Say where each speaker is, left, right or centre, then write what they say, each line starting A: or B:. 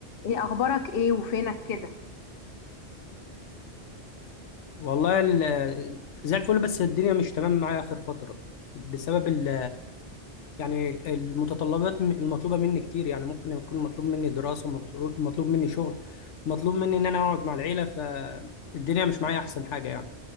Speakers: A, on the left; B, on the left.
A: ايه اخبارك ايه وفينك كده
B: والله ال- زي الفل بس الدنيا مش تمام معايا آخر فترة بسبب ال يعني المتطلبات م- المطلوبة مني كتير يعني ممكن يكون مطلوب مني دراسة مطرو- مطلوب مني شغل مطلوب مني إن أنا أقعد مع العيلة فالدنيا مش معايا أحسن حاجة يعني